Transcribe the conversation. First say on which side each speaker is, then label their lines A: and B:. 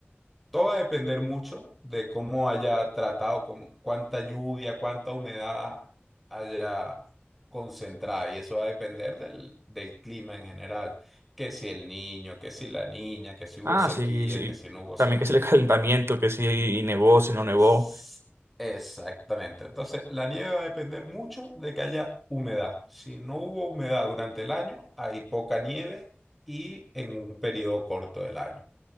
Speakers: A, in the centre; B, on the right.
A: Todo va a depender mucho de cómo haya tratado, con cuánta lluvia, cuánta humedad haya concentrada. Y eso va a depender del, del clima en general. Que si el niño, que si la niña, que si hubo
B: Ah,
A: sequía,
B: sí, sí.
A: que si no hubo
B: También
A: sequía.
B: que es el calentamiento, que si nevó, si no nevó.
A: S- Exactamente. Entonces, la nieve va a depender mucho de que haya humedad. Si no hubo humedad durante el año, hay poca nieve y en un periodo corto del año.